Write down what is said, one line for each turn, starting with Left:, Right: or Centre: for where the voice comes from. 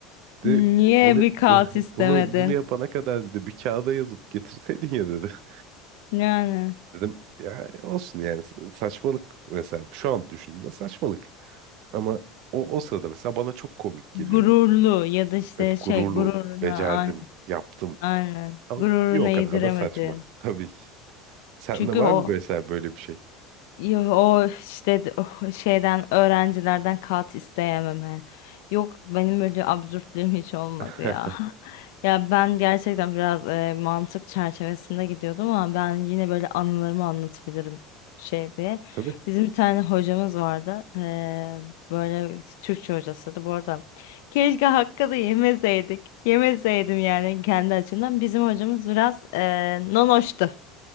Right: Dedi
Left: Niye
Right: bunu,
Left: bir kaos
Right: bu-
Left: istemedin?
Right: bunu, bunu yapana kadar dedi bir kağıda yazıp getirseydin ya dedi. <laughs>
Left: Yani
Right: Dedim ya olsun yani sa- saçmalık mesela şu an düşündüğümde saçmalık. Ama o, o sırada mesela bana çok komik geliyordu.
Left: gururlu ya da işte
Right: Evet,
Left: şey
Right: gururlu,
Left: gururuna
Right: becerdim,
Left: aynen
Right: yaptım.
Left: aynen
Right: Ama
Left: gururuna
Right: bir o
Left: yediremedin.
Right: kadar da saçma tabii ki. Sende
Left: Çünkü
Right: var
Left: o
Right: mı mesela böyle bir şey?
Left: Yo- O işte de- o şeyden öğrencilerden kat isteyememe. Yok benim öyle absürtlüğüm hiç olmadı
Right: <laughs>
Left: ya. <laughs> Ya ben gerçekten biraz e, mantık çerçevesinde gidiyordum ama ben yine böyle anılarımı anlatabilirim şey diye.
Right: Tabii.
Left: Bizim bir tane hocamız vardı. E, böyle Türkçe hocasıydı bu arada. Keşke hakkı da yemeseydik. Yemeseydim yani kendi açımdan. Bizim hocamız biraz e, nonoştu.